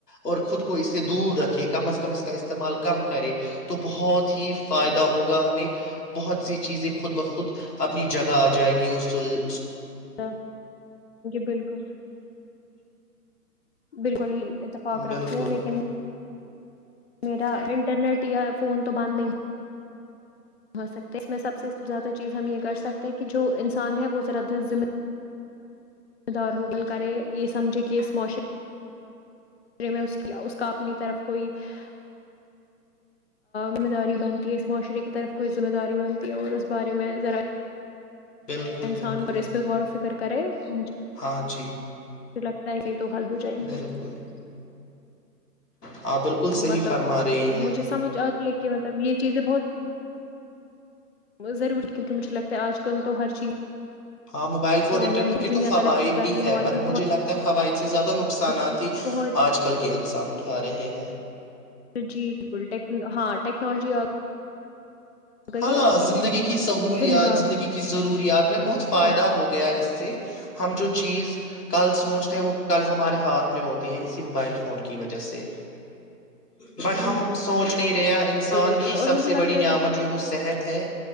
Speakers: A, on the left; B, on the left.
A: اور خود کو اس سے دور رکھے کم از کم اس کا استعمال کم کرے تو بہت ہی فائدہ ہوگا ہمیں بہت سی چیزیں خود بخود خود اپنی جگہ آ جائیں گی اسول
B: ک بالکل <unintelligible> بالکل اتفاق رکھتی
A: بالکل
B: ہوں لیکن میرا انٹرنیٹ یا فون تو بند نہیں ہے ہو سکتا اس میں سب سے زیادہ چیز ہم یہ کر سکتے ہیں کہ جو انسان ہے وہ ذرا د ذم دار ہوغل کرے یہ سمجھے کہ اس معاشرے <unintelligible> ذمہ داری بنتی ہے اس معاشرے کی طرف کوئی ذمہ داری بنتی ہے اور اس بارے میں ذرائع
A: بالکل
B: انسان
A: بالکل
B: کا رسپ غور و فکر کرک ہے <unintelligible>
A: ہاں جی
B: لگتا ہے تو حل ہو جائیں
A: بالکل
B: گے <unintelligible>
A: آپ بالکل صحیح
B: مطلب
A: فرما رہی ہے
B: مجھے سمجھ آتی ہے کہ مطلب یہ چیزیں بہت ضروری کیونکہ مجھے لگتا ہے آج کل تو ہر چیز
A: ہاں mobile phone
B: آن
A: internet
B: لائن
A: کی
B: دنیا
A: تو فوائد
B: ترقی کر
A: بھی
B: رہی
A: ہے
B: ہمارے
A: پر
B: پاس
A: مجھے لگتا ہے فوائد سے زیادہ نقصانات
B: بہت
A: ہی
B: بہت
A: آج کل کے انسان اٹھا رہے ہیں
B: جی بالکل ہاں ٹیکنالوجی گئی
A: ہاں
B: ہے لیکن
A: زندگی کی سہولیات
B: ذمہ دار
A: زندگی
B: ہو
A: کی ضروریات میں بہت
B: گئے
A: فائدہ
B: ہیں۔
A: ہو گیا اس سے ہم جو چیز <unintelligible> کل سوچتے وہ کل ہمارے ہاتھ میں ہوتا ہے اسی موبائل فون کی وجہ سے <unintelligible> بٹ ہم سوچنے رہ انسان
B: بالکل بالکل
A: کی
B: اور
A: سب
B: مجھے
A: سے
B: لگتا
A: بڑی
B: ہے
A: نعمت <unintelligible> صحت ہے